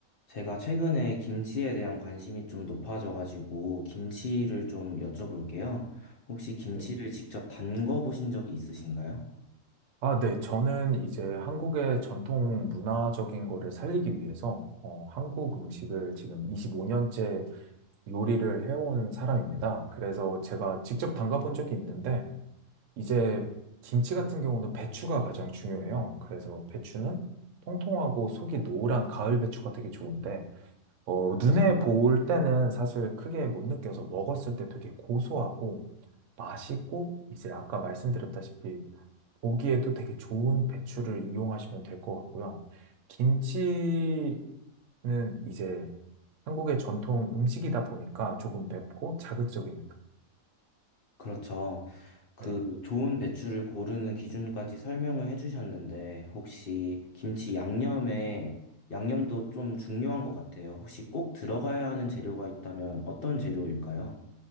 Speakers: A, on the left (about 55°); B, on the right (about 70°).
A: 제가 최근에 김치에 대한 관심이 좀 높아져가지고 김치를 좀 여쭤볼게요. 혹시 김치를
B: 네.
A: 직접 담궈 보신 적이 있으신가요?
B: 아, 네. 저는 이제 한국의 전통 문화적인 거를 살리기 위해서 어, 한국 음식을 지금 25년째 요리를 해온 사람입니다. 그래서 제가 직접 담가본 적이 있는데 이제 김치 같은 경우는 배추가 가장 중요해요. 그래서 배추는 통통하고 속이 노란 가을 배추가 되게 좋은데 어, 눈에 보일 때는 사실 크게 못 느껴서 먹었을 때 되게 고소하고 맛있고 이제 아까 말씀드렸다시피 보기에도 되게 좋은 배추를 이용하시면 될 것 같고요. 김치는 이제 한국의 전통 음식이다 보니까 조금 맵고 자극적입니다.
A: 그렇죠. 그
B: 네.
A: 좋은 배추를 고르는 기준까지 설명을 해주셨는데 혹시 김치 양념에 양념도 좀 중요한 것 같아요. 혹시 꼭 들어가야 하는 재료가 있다면 어떤 재료일까요?